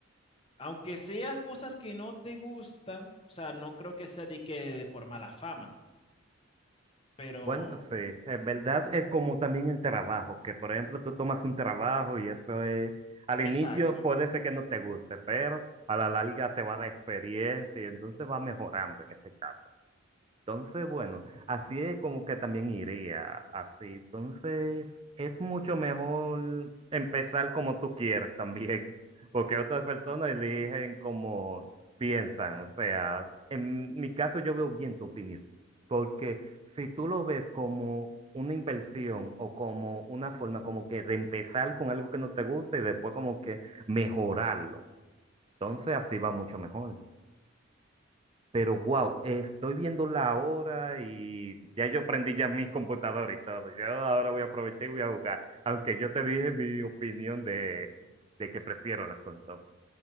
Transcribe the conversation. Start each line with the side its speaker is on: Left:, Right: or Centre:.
Left: Aunque sea cosas que no te gustan, o sea, no creo que sea de que por mala fama, pero
Right: Bueno, sí, en verdad es como también el trabajo, que por ejemplo tú tomas un trabajo y eso es, al
Left: exacto.
Right: inicio puede ser que no te guste, pero a la larga te va a dar experiencia y entonces va mejorando en ese caso. Entonces, bueno, así es como que también iría, así. Entonces, es mucho mejor empezar como tú quieres también, <laughs> porque otras personas eligen como piensan. O sea, en mi caso yo veo bien tu opinión, porque si tú lo ves como una inversión o como una forma como que de empezar con algo que no te gusta y después como que mejorarlo, entonces así va mucho mejor. Pero
Left: Mm.
Right: wow, estoy viendo la hora y ya yo prendí ya mi computadora y todo. Yo ahora voy a aprovechar y voy a jugar. Aunque yo te dije mi opinión de, de que prefiero las consolas.